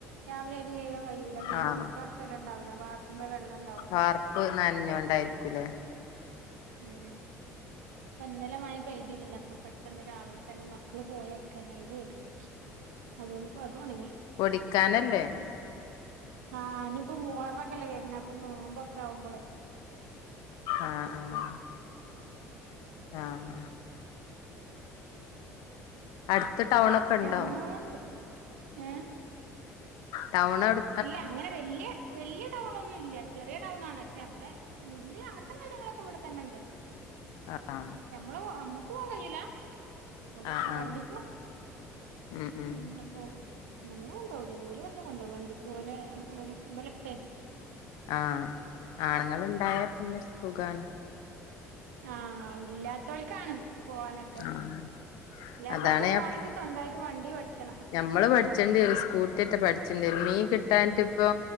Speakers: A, on the right; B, on the left.
A: രാവിലെ അരി കൈകാൻ കയ്യൂല കൈകി
B: ആഹ്
A: ചിക്കാൻ സ്ഥലണ്ടാവൂല വാർപ്പ്മ്മ വെള്ളണ്ടാവും
B: വാർപ്പ് നൻഞ്ഞോണ്ടായിരിക്കൂലേ
A: ഉം ഉം പ്പന്നലെ മയ പെയ്തില്ലല്ലോ അപ്പൊ പെട്ടന്ന് രാവിലെ തന്നെ മക്കള് പോയേക്കെന്നെ അരിയെകി അതോണ്ട്പ്പതൊണങ്ങി
B: വിക്കാൻ അല്ലെ
A: ആഹ് ഞ്ഞ്പ്പ മുഹറൊക്കല്ലെ വര്ണ അപ്പൊ നോമ്പൊക്കാവുമ്പളേ
B: ആഹ് ആഹ് ആഹ് അട്ത്ത് ടൗണൊക്കെണ്ടോ
A: അപ്പൊ അങ്ങനെ എന്നൂണ്ട് ഏഹ്
B: ടൗണടു
A: ഇല്ല അങ്ങനെ വല്യ വല്യ ടൗണൊന്നുല്ല ചെറിയ ടൗണാണ് പക്ഷെ മ്മള് മില്ല് അങ്ങനത്തെ കാര്യങ്ങളൊക്കെ വടെ തന്നെ ണ്ട്
B: ആഹ്
A: ഞമ്മള് നമ്മുക്ക് പോവാൻ കയ്യൂല ഓല്
B: ആഹ് ആഹ്
A: വണ്ടിക്ക്
B: ഉം ഉം
A: അങ്ങനെ പോവും ഞമ്മളെ കൊണ്ടോവുല ഓല് വന്ന് കൊണ്ടോവും വണ്ടിക്ക് ഓലെ ബലെപ്പെ
B: ആഹ് ആണുങ്ങള്ണ്ടായാ പിന്നെ സുഖാണ്
A: ആഹ് ഇല്ലാത്തോൽക്കാണ് പോവാനൊക്കെ
B: ആഹ്
A: ഇല്ലാത്തോൽക്ക്
B: അതാണ്
A: പോകണെങ്കി സ്വന്തായിട്ട് വണ്ടി പഠിച്ചണം
B: മ്മള് പഠിച്ചണ്ട്യരും സ്കൂട്ട്യറ്റെ പഠിച്ചണ്ട്യ രും മീ കിട്ടാൻട്ട് പ്പൊ